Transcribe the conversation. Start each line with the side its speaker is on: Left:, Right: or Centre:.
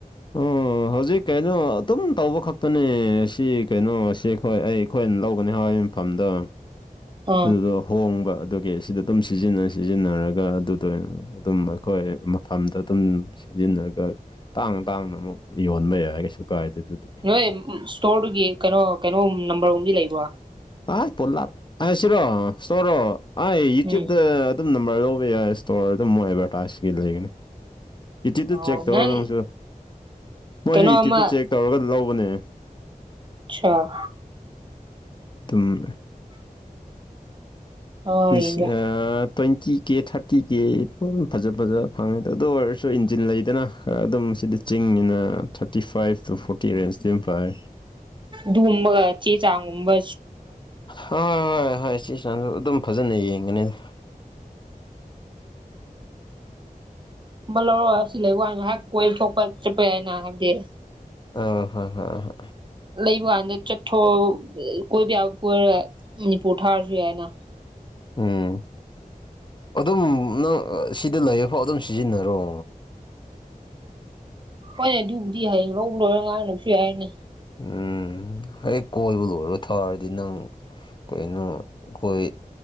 Left: ꯎꯝ ꯍꯧꯖꯤꯛ ꯀꯩꯅꯣ ꯑꯗꯨꯝ ꯇꯧꯕ ꯈꯛꯇꯅꯦ ꯁꯤ ꯀꯩꯅꯣ ꯑꯁꯤ ꯑꯩꯈꯣꯏ ꯑꯩ ꯑꯩꯈꯣꯏꯅ ꯂꯧꯒꯅꯤ ꯍꯣꯏ ꯐꯝꯗꯣ
Right: ꯑꯥ
Left: ꯑꯗꯨꯗꯣ ꯍꯣꯡꯕ ꯑꯗꯨꯒꯤ ꯁꯤꯗ ꯑꯗꯨꯝ ꯁꯤꯖꯤꯟꯅ ꯁꯤꯖꯤꯟꯅꯔꯒ ꯑꯗꯨꯗ ꯑꯣꯏꯅ ꯑꯗꯨꯝ ꯑꯈꯣꯏ ꯃꯐꯝꯗ ꯑꯗꯨꯝ ꯁꯤꯖꯤꯟꯅꯔꯒ ꯇꯥꯡꯅ ꯇꯥꯡꯅ ꯑꯃꯨꯛ ꯌꯣꯟꯕ ꯌꯥꯏ ꯀꯩꯁꯨ ꯀꯥꯏꯗꯦ ꯑꯗꯨꯗꯤ
Right: ꯅꯣꯏ ꯏꯁ꯭ꯇꯣꯔꯗꯨꯒꯤ ꯀꯩꯅꯣ ꯀꯩꯅꯣ ꯅꯝꯕꯔꯒꯨꯝꯗꯤ ꯂꯩꯕ꯭ꯔꯣ
Left: ꯑꯥꯏ ꯄꯣꯂꯥꯞ ꯑ ꯁꯤꯔꯣ ꯏꯁꯇꯣꯔꯔꯣ ꯌꯨꯇꯨꯞꯇ
Right: ꯎꯝ
Left: ꯑꯗꯨꯝ ꯅꯝꯕꯔ ꯂꯧꯕ ꯌꯥꯏ ꯏꯁꯇꯣꯔ ꯑꯗꯨꯝ ꯃꯣꯏ ꯑꯦꯗꯚꯔꯇꯥꯏꯖꯀꯤ ꯂꯩꯒꯅꯤ ꯌꯨꯇ꯭ꯌꯨꯞꯇ
Right: ꯑꯣ
Left: ꯆꯦꯛ ꯇꯧꯋꯣ
Right: ꯅꯪ
Left: ꯅꯪꯁꯨ ꯃꯣꯏꯖꯨ
Right: ꯀꯩꯅꯣ
Left: ꯌꯨꯇ꯭ꯌꯨꯞꯇ
Right: ꯑꯃ
Left: ꯆꯦꯛ ꯇꯧꯔꯒ ꯂꯧꯕꯅꯦ
Right: ꯁꯥ
Left: ꯇꯨꯝꯃꯦ
Right: ꯍꯣꯏꯒ
Left: ꯂꯤꯁ ꯑꯥ ꯇ꯭ꯋꯦꯟꯇꯤ ꯀꯦ ꯊꯥꯔꯇꯤ ꯀꯦ ꯗꯨꯝ ꯐꯖ ꯐꯖꯕ ꯐꯪꯉꯦꯗ ꯑꯗꯨ ꯑꯣꯏꯔꯁꯨ ꯏꯟꯖꯤꯟ ꯂꯩꯗꯅ ꯑꯗꯨꯝ ꯁꯤꯗꯤ ꯆꯤꯡꯅꯤꯅ ꯊꯥꯔꯇꯤ ꯐꯥꯏꯞ ꯇꯨ ꯐꯣꯔꯇꯤ ꯑꯦꯔꯦꯟꯁꯇꯤ ꯑꯃ ꯐꯥꯏ
Right: ꯗꯨꯒꯨꯝꯕꯒ ꯆꯦ ꯆꯥꯡ ꯒꯨꯝꯕ
Left: ꯍꯣꯏ ꯍꯣꯏ ꯍꯣꯏ ꯆꯦ ꯆꯥꯡꯁꯨ ꯑꯗꯨꯝ ꯐꯖꯅ ꯌꯦꯡꯒꯅꯤꯗ
Right: ꯕꯔ ꯂꯧꯔꯛꯑꯣ ꯑꯁꯤ ꯂꯩ ꯋꯥ ꯉꯥꯏꯍꯥꯛ ꯀꯣꯏ ꯊꯣꯛꯄ ꯆꯠꯄ ꯌꯥꯏꯅ ꯍꯥꯏꯕꯗꯤ
Left: ꯑꯥ ꯍꯣꯏ ꯍꯣꯏ ꯍꯣꯏ
Right: ꯂꯩꯕꯀꯟꯗ ꯆꯠ ꯊꯥꯣꯛ ꯀꯣꯏꯕ ꯌꯥꯕ ꯀꯣꯏꯔꯒ ꯃꯅꯤꯄꯨꯔ ꯊꯥꯔꯁꯨ ꯌꯥꯏꯅ
Left: ꯎꯝ ꯑꯗꯨꯝ ꯅꯪ ꯁꯤꯗ ꯂꯩꯌꯦꯐꯥꯎ ꯑꯗꯨꯝ ꯁꯤꯖꯤꯟꯅꯔꯣ
Right: ꯍꯣꯏꯅꯦ ꯑꯗꯨꯕꯨꯗꯤ ꯍꯌꯦꯡ ꯂꯧꯕ ꯂꯣꯏꯔꯒ ꯉꯥꯡ ꯅꯁꯨ ꯌꯥꯏꯅꯦ
Left: ꯎꯝ ꯍꯦꯛ ꯀꯣꯏꯕ ꯂꯣꯏꯔ ꯊꯥꯔꯗꯤ ꯅꯪ ꯀꯩꯅꯣ ꯑꯈꯣꯏ